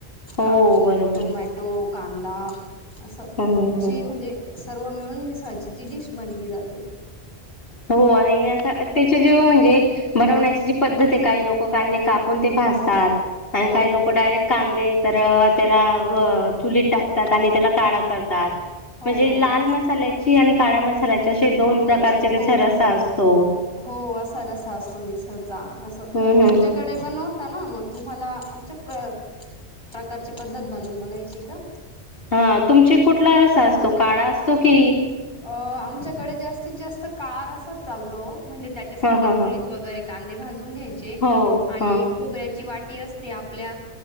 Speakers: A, on the left (about 60°); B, on the left (about 25°).
A: हो
B: काकडी
A: बरोबर
B: टोमॅटो कांदा. असं
A: हम्म
B: अशी
A: हम्म
B: म्हंजे सर्व मिळून मिसळची जी डिश बनली जाते.
A: हो. आणि अस त्याचे जेव म्हंजे बनवण्याची जी पद्धत आहे काही लोक कांदे कापून ते भाज तात. आणि
B: हो
A: काही
B: हो
A: लोक डायरेक्ट कांदे तर त्याला व्ह चुलीत टाकतात आणि त्याला काळा करतात.
B: हो
A: म्हणजे
B: हो
A: लाल मसाल्या की आणि काळा मसाल्याचे असे दोन प्रकारचे
B: ची
A: त्याचा
B: हो हो
A: रसा असतो.
B: हो असा रसा असतो मीक्स असं
A: हम्म
B: तुमच्याकडे
A: हम्म
B: बनवता ना म तुम्हाला आमच्यात क प्रकारची पद्धत बनवून बघायची का?
A: हा तुमचे कुठला रसा असतो काळा असतो की,
B: अ आमच्याकडे जास् जास्तीत जास्त काळ असाच चालतो. म्हणजे त्याच्यासाठी
A: हा हा
B: चुलीत
A: हा
B: वगैरे कांदे भाज जुन घ्यायचे
A: हो
B: आणि
A: हा
B: खोबऱ्याची वाट ती असते आपल्या